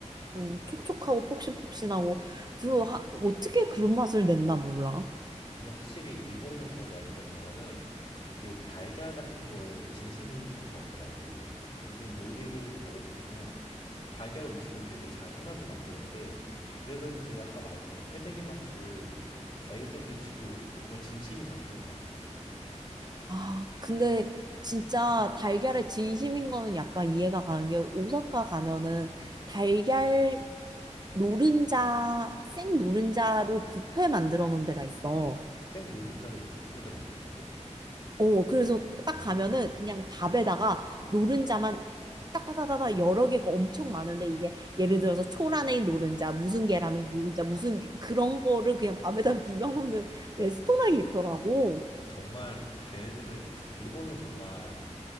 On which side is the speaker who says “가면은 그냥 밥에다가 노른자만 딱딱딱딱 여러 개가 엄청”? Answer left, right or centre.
Right